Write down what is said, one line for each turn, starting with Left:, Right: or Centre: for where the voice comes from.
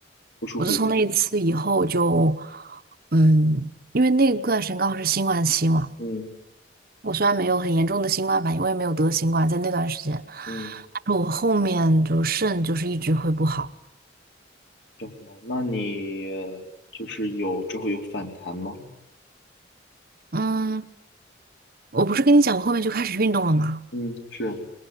Left: 不舒服的地方
Right: 我自从那一次以后就，嗯，因为那段时间刚好是新冠期嘛，
Left: 嗯
Right: 我虽然没有很严重的新冠反应，我也没有得新冠，在那段时间，
Left: 嗯，
Right: 但是我后面就肾就是一直会不好。
Left: 懂了。那你就是有之后有反弹吗？
Right: 嗯，我不是跟你讲我后面就开始运动了吗？
Left: 嗯，是，